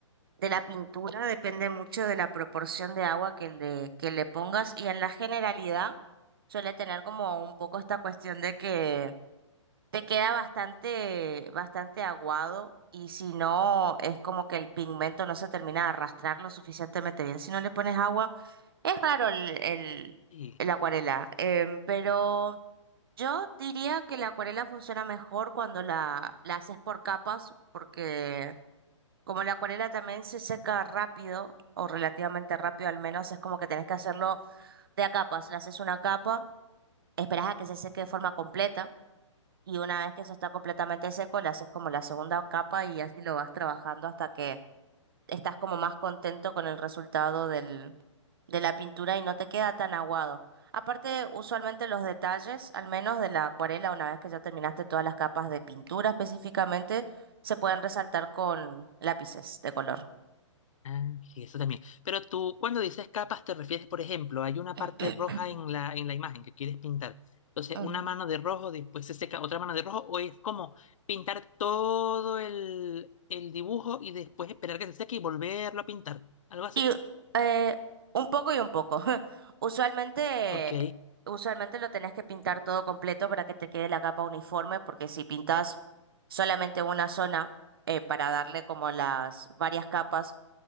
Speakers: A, on the right; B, on the left.
A: de la pintura depende mucho de la proporción de agua que le, que le pongas y en la generalidad suele tener como un poco esta cuestión de que te queda bastante, bastante aguado y si no es como que el pigmento no se termina de arrastrar lo suficientemente bien si no le pones agua. Es raro el, el,
B: Sí.
A: el acuarela, em, pero yo diría que la acuarela funciona mejor cuando la, la haces por capas porque... Como la acuarela también se seca rápido, o relativamente rápido al menos, es como que tenés que hacerlo de a capas. Le haces una capa, esperás a que se seque de forma completa, y una vez que eso está completamente seco, le haces como la segunda capa y así lo vas trabajando hasta que estás como más contento con el resultado del, de la pintura y no te queda tan aguado. Aparte, usualmente los detalles, al menos de la acuarela, una vez que ya terminaste todas las capas de pintura específicamente, se pueden resaltar con lápices de color.
B: Ah, sí, eso también. Pero tú, cuando dices capas, te refieres, por ejemplo, hay una
A: <clears throat>
B: parte roja en la, en la imagen que quieres pintar. Entonces,
A: Ujú.
B: una mano de rojo, después se seca otra mano de rojo, o es como pintar todo el, el dibujo y después esperar que se seque y volverlo a pintar. Algo así.
A: Y eh, un poco y un poco. <laughs> Usualmente,
B: Ok,
A: usualmente lo tenés que pintar todo completo para que te quede la capa uniforme, porque si pintas solamente una zona eh, para darle como las varias capas,